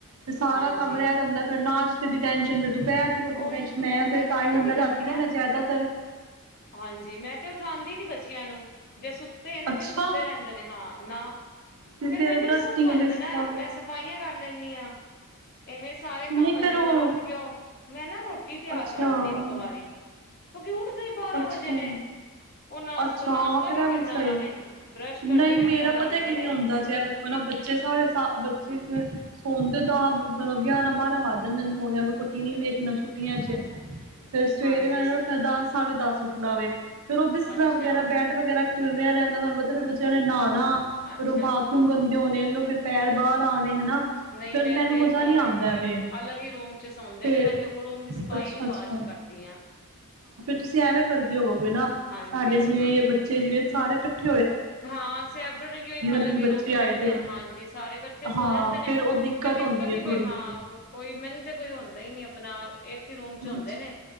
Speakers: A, on the right; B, on the left.
A: ਤੇ ਸਾਰਾ
B: ਹਾਂਜੀ
A: ਕੰਮ ਰਹਿ ਜਾਂਦਾ ਫਿਰ ਨਾਸ਼ ਦੀ ਟੈਂਨਸ਼ਨ ਫਿਰ ਦੁਪਹਿਰ ਦੀ ਰੋਟੀ
B: ਉਹੀ
A: ਟੈਂਸ਼ਨ ਮੈਂ ਫਿਰ
B: ਤੇ
A: ਤਾਂ
B: ਪਤਾ
A: ਹੀ ਹੁੰਦਾ।
B: ਕੀ ਕਰਦੀ
A: ਨਾ ਮੈਂ ਜ਼ਿਆਦਾਤਰ
B: ਹਾਂਜੀ ਮੈਂ ਤੇ ਉਠਾਉਂਦੀ ਨੀ ਬੱਚਿਆਂ ਨੂੰ ਜੇ ਸੁੱਤੇ ਨਾ
A: ਅੱਛਾ
B: ਫਿਰ ਸੁੱਤੇ ਰਹਿੰਦੇ ਨੇ ਹਾਂ। ਆ
A: ਤੇ
B: ਫੇਰ
A: ਫਿਰ
B: ਮੈਨੂੰ
A: ਡਸਟਿੰਗ
B: ਨ ਸੌਖਾ ਜਾਂਦਾ
A: ਫਿਰ ਸਫਾਈ
B: ਨਾ ਮੈਂ ਸਫਾਈਆਂ ਕਰ ਲੈਨੀ ਹਾਂ ਐਨੇ ਸਾਰੇ ਕੰਮ
A: ਨਹੀਂ
B: ਆ ਜਾਂਦੇ
A: ਉਹ
B: ਫੇਰ ਉੱਠ ਔ ਮੈਂ ਨਾ ਰੋਟ ਰੋਟੀ ਤਿਆਰ
A: ਅੱਛਾ
B: ਕਰ ਲੈਣੀ ਇੱਕ ਵਾਰੀ ਕਿਉਕ ਉੱਠਦੇ ਬਾਰਾਂ
A: ਅੱਛਾ
B: ਵਜੇ ਨੇ ਉਹ ਨਾਸ਼ਤਾ
A: ਅੱਛਾ
B: ਨਾਸ਼ਤਾ
A: ਫੇਰ
B: ਕੀ ਕਰਨਾ
A: ਵੀ ਸਹੀ
B: ਉਹਨਾਂ ਨੇ ਬਰੱਸ਼ ਕਰਦੇ
A: ਨਹੀਂ
B: ਨੇ
A: ਮੇਰਾ
B: ਆਪਣਾ ਨਹਾਉਂਦੇ
A: ਪਤਾ ਕਿਵੇਂ
B: ਨੇ
A: ਹੁੰਦਾ ਜੇ ਵੇਖੋ ਨਾ ਬੱਚੇ ਸਾਰੇ ਬੱਚੇ ਜਿਵੇਂ ਸੋਣਦੇ ਤਾਂ ਮਤਲਬ ਗਿਆਰਾਂ ਬਾਰਾਂ ਵੱਜ ਜਾਂਦੇ ਨੇ ਸੋ ਟੀਵੀ ਨ ਵੇਖਣਾ ਛੁੱ ਉੱਠੀਆਂ ਚ
B: ਅੱਛਾ
A: ਫੇਰ ਸਵੇਰੇ
B: ਹਾਂਜੀ
A: ਨਾਲ ਉੱਠਣਾ ਦਸ ਸਾਡੇ ਦੱਸ ਉੱਠਦਾ ਹੋਵੇ ਵੇ ਫੇਰ ਉਹ ਬਿਸਰਾਂ
B: ਅੱਛਾ,
A: ਵਗੈਰਾ ਬੈਟ ਵਗੈਰਾ ਚਲਦਾ ਰਹਿੰਦਾ ਤੁਹਾਨੂੰ ਪਤਾ ਫਿਰ ਬੱਚਿਆਂ ਨੇ ਨਾ ਨਾ
B: ਅੱਛਾ
A: ਫਿਰ ਉਹ ਬਾਥਰੂਮ ਗੰਦੇ ਹੋਣੇ ਉਹ ਫਿਰ ਪੈਰ
B: ਹਾਂ
A: ਬਾਹਰ ਆਣੇ ਹਨਾ
B: ਨਹੀਂ
A: ਫਿਰ
B: ਮੈਂ
A: ਮੈਨੂੰ
B: ਤੇ
A: ਮਜ਼ਾ
B: ਇੱਕ
A: ਨੀ ਆਦਾ ਐਵੇ
B: ਅਲੱਗ ਹੀ ਰੂਮ ਚ ਸੌਂਦੇ
A: ਫੈਰ
B: ਨੇ ਮੈਂ ਤੇ ਰੂਮ ਦੀ ਸਫਾਈ
A: ਅੱਛਾ
B: ਵੀ
A: ਅੱਛਾ
B: ਬਾਅਦ ਚ
A: ਹਾਂ।
B: ਕਰਦੀ ਹਾਂ
A: ਤੁਸੀਂ ਐਵੇਂ ਕਰਦੇ ਹੋਵੋਗੇ, ਨਾ
B: ਹਾਂਜੀ।
A: ਸਾਡੇ ਜਿਵੇਂ ਬ ਬੱਚੇ ਜਿਵੇ ਸਾਰੇ ਕੱਠੇ,
B: ਹਾਂ ਸੈ ਆਪਣੇ ਰਹੀਏ ਇੱਕ ਅਲੱਗ
A: ਦੇ ਵੀ
B: ਹੀ
A: ਬੱਚੇ
B: ਰੂਮ ਚ ਇਕੱਠੇ
A: ਆਏ ਦੇ
B: ਹੋ
A: ਨੇ
B: ਹਾਂਜੀ ਸਾਰੇ ਇਕੱਠੇ ਸੋ
A: ਹਾਂ
B: ਜਾਂਦੇ ਨੇ
A: ਫਿਰ ਉਹ
B: ਫੇਰ ਦਿੱਕਤ
A: ਹੁੰਦੀ ਹੈ
B: ਹੀ
A: ਥੋੜ੍ਹੀ
B: ਕੋਈ ਹਾਂ ਕੋਈ ਮੈਨੁੰ ਤੇ ਕੋਈ ਹੁੰਦਾ ਹੀ ਨੀ ਆਪਣਾ ਇੱਕ ਹੀ ਰੂਮ ਚ
A: ਅ
B: ਹੁੰਦੇ ਨੇ